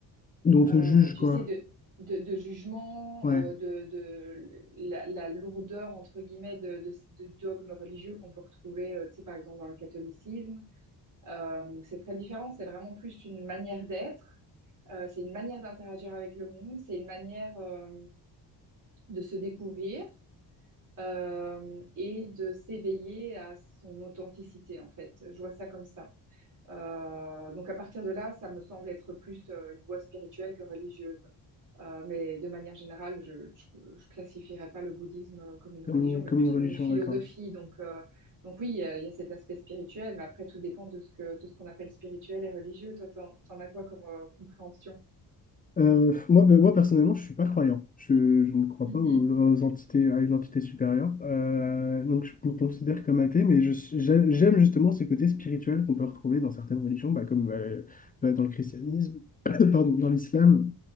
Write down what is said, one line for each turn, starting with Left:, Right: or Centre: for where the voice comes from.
Left: Dont on te
Right: euh,
Left: juge
Right: tu
Left: quoi?
Right: sais, de, de, de jugement,
Left: Ouais,
Right: euh, de, de la, la lourdeur, entre guillemets, de, de, de dogmes religieux qu'on peut retrouver, euh, tu sais, par exemple, dans le catholicisme. Euh, c'est très différent, c'est vraiment plus une manière d'être, euh, c'est une manière d'interagir avec le monde, c'est une manière euh, de se découvrir euh, et de s'éveiller à son authenticité, en fait. Je vois ça comme ça. Euh, donc à partir de là, ça me semble être plus euh, une voie spirituelle que religieuse. Euh, mais de manière générale, je ne classifierais pas le bouddhisme euh, comme une
Left: comme
Right: religion,
Left: une,
Right: mais
Left: comme
Right: plus
Left: une religion,
Right: comme une philosophie.
Left: d'accord.
Right: Donc, euh, donc oui, euh, il y a cet aspect spirituel, mais après, tout dépend de ce que, de ce qu'on appelle spirituel et religieux. Toi, t'en, t'en as quoi comme euh, compréhension?
Left: Euh, moi, ben, moi, personnellement, je suis pas croyant. Je, je ne crois
Right: Mhm,
Left: pas aux, aux entités, à une entité supérieure. Euh, donc, je me considère comme athée, mais je suis- j'a- j'aime justement ce côté spirituel qu'on peut retrouver dans certaines religions, bah, comme euh, bah, dans le christianisme, <coughs> <clears throat> pardon, dans l'islam